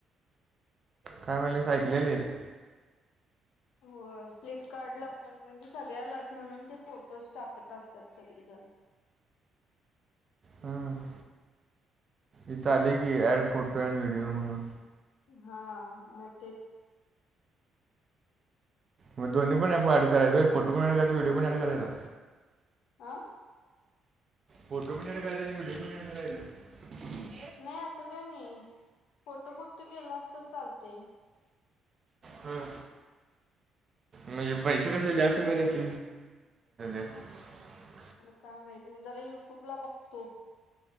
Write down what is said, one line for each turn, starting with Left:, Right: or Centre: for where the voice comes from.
Right: काय म्हणलीस, ऐकलेलीस.
Left: होय, फ्लिपकार्टला पण म्हणजे सगळ्यालाच, म्हणून ते फोटोज टाकत असतात सगळी. <inaudible>
Right: हम, इथ आलेय की ऍड फोटो अंड व्हिडिओ म्हणून.
Left: हा, मोठेऽ
Right: मग दोन्ही पण ऍड करायच वय फोटो पण एॅड करायचा, व्हडिओ पण ऍड करायचा.
Left: हा
Right: फोटो पण ऍड करायच आनी विडिओ पण ऍड कारायच. नाय.
Left: नाही, असं काही नाही, फोटो फक्त केलास तर चालतय.
Right: हम,. म्हणजे पैसे कशाला जास्त मिळत्यात <unintelligible>
Left: मला काय माहिती नाही, जरा युट्यूब ला बघतो.